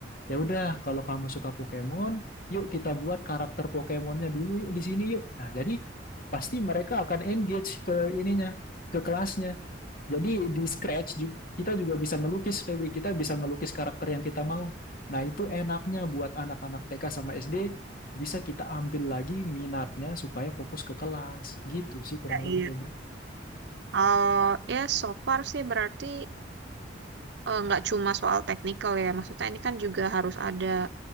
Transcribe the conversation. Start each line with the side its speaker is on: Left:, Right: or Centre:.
Left: Ya udah, kalau kamu suka Pokemon, yuk kita buat karakter Pokemonnya dulu yuk di sini yuk. Nah, jadi pasti mereka akan engage ke ininya, ke kelasnya. Jadi di Scratch ju- kita juga bisa ngelukis Febri, kita bisa ngelukis karakter yang kita mau. Nah, itu enaknya buat anak-anak TK sama SD bisa kita ambil lagi minatnya supaya fokus ke kelas. Gitu sih kurang
Right: Iya,
Left: lebih
Right: iya.
Left: Febri.
Right: Oh, ya so far sih berarti eh, nggak cuma soal teknikal ya. Maksudnya ini kan juga harus ada